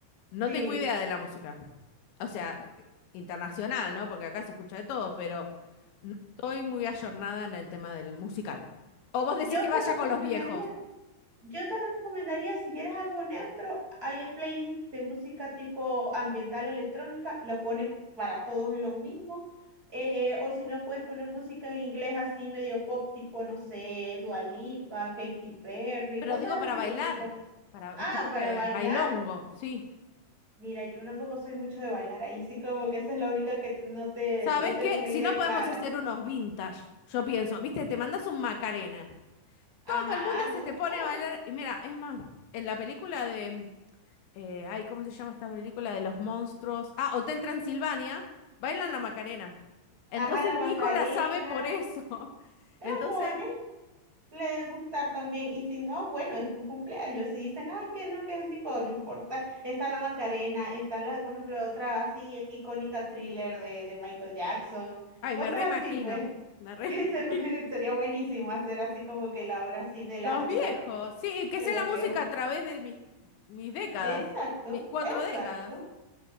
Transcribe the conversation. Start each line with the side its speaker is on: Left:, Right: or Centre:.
Left: No
Right: sí,
Left: tengo idea de la música, o sea, internacional, ¿no? Porque acá se escucha de todo, pero no estoy muy ayornada en el tema del musical. O vos
Right: yo
Left: decís que
Right: te
Left: vaya
Right: recomendaría...
Left: con los viejos,
Right: Yo te recomendaría, si quieres algo neutro, hay el playlist de música tipo ambiental electrónica, lo ponen para todos en lo mismo. eh, o si no, puedes poner música en inglés así medio pop, tipo, no sé, Dua Lipa, Katy Perry,
Left: pero
Right: cosas
Left: digo para
Right: así, pues
Left: bailar,
Right: que son.
Left: para
Right: Ah,
Left: tipo
Right: para
Left: que
Right: bailar,
Left: bailongo, sí.
Right: mira, yo tampoco soy mucho de bailar, ahí sí como que esa es la única que te- no te,
Left: ¿Sabes
Right: no tengo
Left: qué?
Right: una
Left: Si
Right: idea
Left: no podemos
Right: clara.
Left: hacer unos vintage, yo pienso, viste, te mandas un Macarena.
Right: Ajá,
Left: Todo el mundo
Right: no,
Left: se te pone
Right: claro.
Left: a bailar. Y mira, es más, en la película de. eh, ay, ¿cómo se llama esta película de los monstruos? Ah, Hotel Transilvania, bailan la Macarena. Entonces
Right: Ajá, la Macarena,
Left: mi hijo la sabe por eso. <laughs>
Right: te
Left: Entonces,
Right: la pones. le debe gustar también. Y si no, bueno, es un cumpleaños. Si dicen, ay, que no, que es anticuado, no importa. Está la Macarena, está la, por ejemplo, otra así eh, icónica thriller de, de Michael Jackson,
Left: ay,
Right: cosas
Left: me reimagino.
Right: así, pues.
Left: Me reimagino.
Right: <laughs> Se-
Left: <laughs>
Right: Sería buenísimo hacer así como que la hora así de
Left: Los
Right: las
Left: viejos,
Right: de las
Left: sí, que
Right: de
Left: sea
Right: los
Left: la música
Right: viejos.
Left: a través de mis, mis décadas,
Right: Exacto,
Left: mis cuatro
Right: exacto.
Left: décadas.